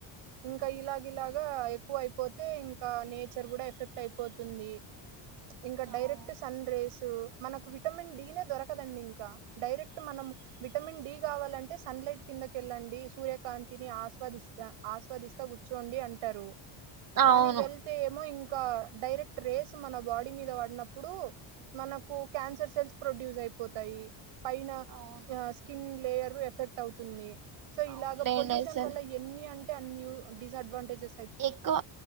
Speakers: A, on the right (about 75°); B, on the right (about 40°).
A: ఇంకా ఇలాగలాగా ఎక్కువ అయిపోతే ఇంకా నేచర్ కూడా ఎఫెక్ట్ అయిపోతుంది ఇంకా డైరెక్ట్
B: అవును
A: సన్ రేసు మనకు విటమిన్ డీనే దొరకదండి ఇంకా డైరెక్ట్ మనం విటమిన్ డి కావాలంటే సన్లైట్ కిందకెళ్ళండి సూర్యకాంతిని ఆస్వాదిస్తా ఆస్వాదిస్తా కూర్చోండి అంటారు
B: అవును
A: కానీ వెళ్తే ఏమో ఇం ఇంకా డైరెక్ట్ రేస్ మన బాడీ మీద పడినప్పుడు మనకు క్యాన్సర్ సెల్స్ ప్రొడ్యూస్ అయిపో పోతాయి పైన
B: అవును
A: ఆ స్కిన్ ప్లేయరు ఎఫెక్ట్ అవుతుంది సో ఇలాగ
B: అవునులేండి
A: పొల్యూషన్
B: అసలు
A: వల్ల ఎన్ని అం అన్య డిస్డ్వాంటేజె
B: ఎక్కువ